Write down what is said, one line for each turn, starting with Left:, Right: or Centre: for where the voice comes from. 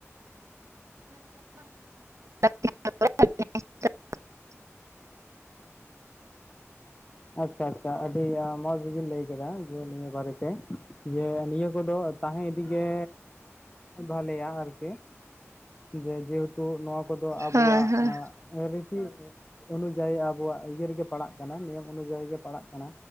Right: <unintelligible>
Left: ᱟᱪᱪᱷᱟ ᱟᱪᱪᱷᱟ᱾ ᱟᱹᱰᱤ ᱢᱚᱸᱡᱽ ᱵᱤᱱ ᱞᱟᱹᱭ ᱠᱮᱫᱟ ᱡᱮ ᱱᱤᱭᱟᱹ ᱵᱟᱨᱮᱛᱮ ᱡᱮ ᱱᱤᱭᱟᱹ ᱠᱚᱫᱚ ᱛᱟᱦᱮᱸ ᱤᱫᱤ ᱜᱮ ᱵᱷᱟᱞᱮᱭᱟ ᱟᱨᱠᱤ ᱡᱮ ᱡᱮᱦᱮᱛᱩ ᱱᱚᱣᱟ ᱠᱚᱫᱚ ᱟᱵᱚᱣᱟᱜ
Right: ᱦᱳᱭ ᱦᱳᱭ
Left: ᱟᱸᱜ ᱨᱤᱛᱤ ᱚᱱᱩᱡᱟᱭᱤ ᱟᱵᱚᱣᱟᱜ ᱤᱭᱟᱹ ᱨᱮᱜᱮ ᱯᱟᱲᱟᱜ ᱠᱟᱱᱟ᱾ᱱᱤᱭᱚᱢ ᱚᱱᱩᱡᱟᱭᱤ ᱜᱮ ᱯᱟᱲᱟᱜ ᱠᱟᱱᱟ᱾